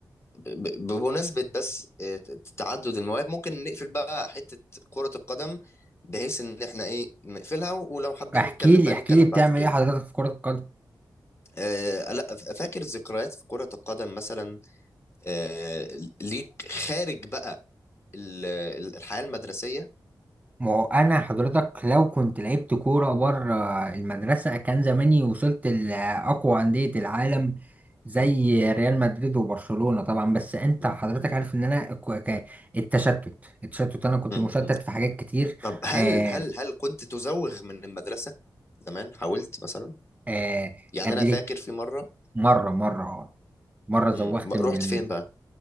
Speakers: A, on the left; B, on the right.
A: ب- ب- بمناسبة بس آه، ت- تعدد المواهب ممكن نقفل بقى حتة كرة القدم بحيث ان احنا ايه نقفلها ولو حابين
B: احكي
A: نتكلم
B: لي
A: بقى
B: احكي
A: نتكلم
B: لي بتعمل
A: بعد كده
B: ايه حضرتك في كرة القدم
A: آه، لا ف- فاكر ذكريات في كرة القدم مثلا آه، ليك خارج بقى ال- ال- الحياة المدرسية
B: ما هو انا حضرتك لو كنت لعبت كوره بره المدرسه كان زماني وصلت لاقوى انديه العالم زي
A: م-
B: ريال مدريد وبرشلونه طبعا بس انت
A: م-
B: حضرتك عارف ان انا ك- ك- التشتت التشتت انا كنت
A: م-
B: مشتت
A: م-
B: في حاجات كتير
A: طب هل
B: آه
A: هل هل كنت تزوغ من المدرسة زمان حاولت مثلا
B: آه
A: يعني
B: قبل
A: أنا فاكر
B: إيه؟
A: في مرة
B: مره مره اه مرة زوغت
A: مم. ما-
B: من
A: رحت
B: الم...
A: فين بقى